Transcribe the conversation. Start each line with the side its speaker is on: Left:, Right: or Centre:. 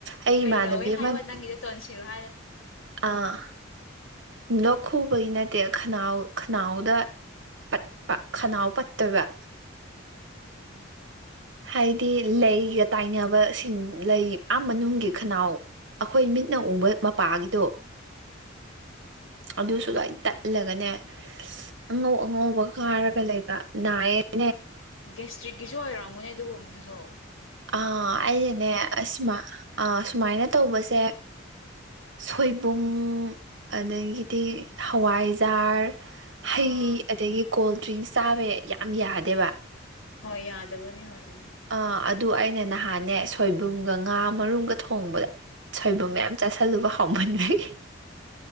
Right: ꯑꯩ ꯏꯃꯥꯟꯅꯕꯤ
Left: ꯀꯩꯗꯑꯦ
Right: ꯑꯃ
Left: ꯍꯥꯏꯋꯥ ꯋꯥꯗ ꯅꯪꯒꯗ ꯇꯣꯟꯁ ꯁꯤꯚꯔ
Right: ꯑꯥ ꯂꯣꯛ ꯈꯨ ꯕꯩ ꯅꯠꯇꯦ ꯈꯅꯥꯎ ꯈꯅꯥꯎꯗ ꯄꯠꯄ ꯈꯅꯥꯎ ꯄꯠꯇꯕ
Left: ꯎꯝ
Right: ꯍꯥꯏꯗꯤ ꯂꯩꯒ ꯇꯥꯏꯅꯕꯁꯤꯡ ꯂꯩ ꯃꯅꯨꯡꯒꯤ ꯈꯅꯥꯎ ꯑꯩꯈꯣꯏ ꯃꯤꯠꯅ ꯎꯕ ꯃꯄꯥꯒꯤꯗꯣ ꯑꯗꯨꯁꯨ ꯂꯥꯏ ꯇꯠꯂꯒꯅꯦ ꯑꯉꯧ ꯑꯉꯧꯕ ꯈꯥꯔꯒ ꯂꯩꯕ ꯑ
Left: ꯒꯁꯇ꯭ꯔꯤꯛꯀꯤꯁꯨ ꯑꯣꯏꯔ ꯃꯣꯏꯅꯦ ꯑꯗꯨ ꯍꯣꯗꯨꯁꯨꯣ
Right: ꯑ ꯑꯗꯅꯦ ꯑꯁꯃ ꯑ ꯁꯨꯃꯥꯏꯅ ꯇꯧꯕꯁꯦ ꯁꯣꯏꯕꯨꯝ ꯑꯗꯒꯤꯗꯤ ꯍꯋꯥꯏꯖꯥꯔ ꯍꯩ
Left: ꯑꯥ
Right: ꯑꯗꯒꯤ ꯀꯣꯜ ꯗ꯭ꯔꯤꯡꯁ ꯆꯥꯕ ꯌꯥꯝ ꯌꯥꯗꯦꯕ
Left: ꯍꯣꯏ ꯌꯥꯗꯕꯅꯦ ꯍꯣꯏ ꯎꯝ
Right: ꯑꯥ ꯑꯗꯨ ꯑꯩꯅ ꯅꯍꯥꯟꯅꯦ ꯁꯣꯏꯕꯨꯝꯒ ꯉꯥ ꯃꯔꯨꯝꯒ ꯊꯣꯡꯕꯗ ꯁꯣꯏꯕꯨꯝ ꯃꯌꯥꯝ ꯆꯥꯥꯁꯜꯂꯨꯕ ꯀꯃꯟ <unintelligible>